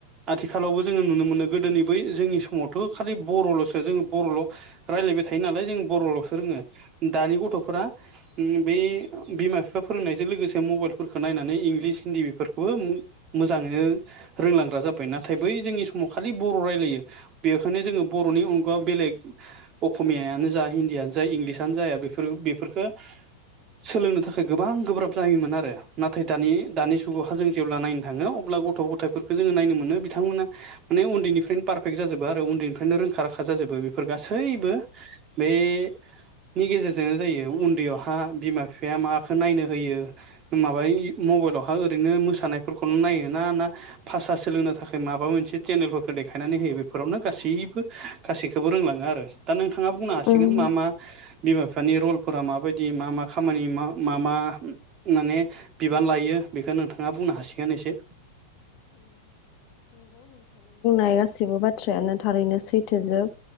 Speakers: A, on the right; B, on the left.
A: आथिखालावबो जोङो नुनो मोनो गोदोनि बै जोंनि समावथ' खालि बर'लसो जों बर'ल' रायलायबाय थायो नालाय जों बर'लसो रोङो दानि गथ'फोरा उम बै बिमा बिफा फोरोंनायजों लोगोसे मबाइलफोरखो नायनानै इंलिस हिन्दी बेफोरखौबो मो मोजाङैनो रोंलांग्रा जाबाय नाथाय बै जोंनि समाव खालि बर' राइ लायो बेखायनो जोङो बर'नि अनगा बेलेग अख'मियानो जा हिन्दीयानो जा इंलिसयानो जाया बेफोर बेफोरखो सोलोंनो थाखाय गोबां गोब्राब जायोमोन आरो नाथाय दानि दानि जुगावहा जों जेब्ला नायनो थाङो अब्ला गथ' गथायफोरखो जोङो नायनो मोनो बिथांमोना माने उन्दैनिफ्राय पारफेक्ट जाजोबो आरो उन्दैनिफ्रायनो रोंखा राखा जाजोबो बेफोर गासैबो बे नि गेजेरजोंनो जायो उन्दैयावहा बिमा बिफाया माखो नायनो होयो माबा मबाइलावहा ओरैनो मोसानायफोरखौल' नायो ना ना भाषा सोलोंनो थाखाय माबा मोनसे चेनेलफोरखौ दे देखायनानै होयो बेफोरावनो गासैबो गासैखोबो रोंलाङो आरो दा नोंथां थाङा बुंनो हासिगोन
B: उम
A: मा मा बिमा बिफानि रलफोरा माबाय बिदि मा मा खामानि मा मा मा माने बिबान लायो बेखो नोंथाङा बुंनो हासिगोन एसे।
B: गासिबो बाथ्रायानो थारैनो सैथोजोब